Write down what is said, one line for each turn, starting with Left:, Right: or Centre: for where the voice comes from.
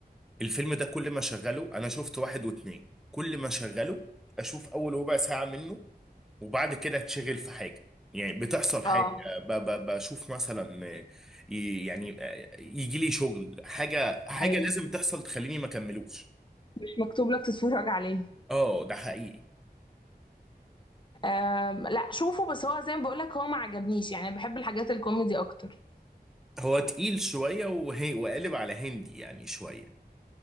Centre: الفيلم ده كل ما شغله انا شفت واحد واتنين كل ما شغله اشوف اول ربع ساعة منه وبعد كده اتشغل في حاجة يعني بتحصل حاجة
Left: اه
Centre: ب- ب- بشوف مثلا آه، ي- يعني يجي لي شغل حاجة حاجة
Left: ايوه
Centre: لازم تحصل تخليني ما اكملوش
Left: مش مكتوب لك تتفرج عليه
Centre: اه ده حقيقي
Left: أم لا شوفه بس هو زي ما بقولك هو ما عجبنيش يعني بحب الحاجات الكوميدي اكتر
Centre: هو تقيل شوية وهي وقالب على هندي يعني شوية